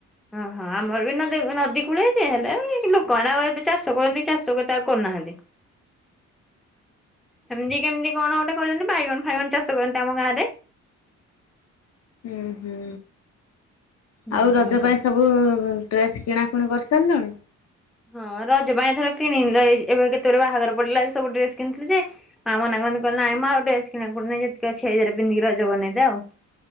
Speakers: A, in the centre; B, on the left.
A: ଓହୋ ଆମର ବି ନଦୀ ନଦୀ କୂଳେ ଯେ ହେଲେ ଲୋକ ଆଉ ଏବେ ଚାଷ କରନ୍ତି ଚାଷ କେତେ ଆଉ କରୁନାହାନ୍ତି। ହେମିତି କେମିତି କଣ ଗୋଟେ କହୁଚନ୍ତି ବାଇଗଣ ଫାଇଗଣ ଚାଷ କରନ୍ତି ଆମ ଗାଁ ରେ।
B: ଉଁ ହୁଁ ଆଉ
A: ହଁ କଣ
B: ରଜ
A: କହ
B: ପାଇଁ ସବୁ ଡ୍ରେସ୍ କିଣାକୁଣି କରିସାରିଲଣି?
A: ହଁ ରଜ ପାଇଁଏଥର କିଣିନି ଏ ଏବେ କେତେଗୁଡ଼ିଏ ବାହାଘର ପଡିଲା ସବୁ ଡ୍ରେସ କିଣିଥିଲି ଯେ ମାଆ ମନା କରନ୍ତି ନାଇଁ ଆଉ ଡେସ୍ କିଣା କୁଣି ନାହିଁ ଯେତିକି ଅଛି ସେୟାଡେ ପିନ୍ଧି ରଜ ବନେଇଦେ ଆଉ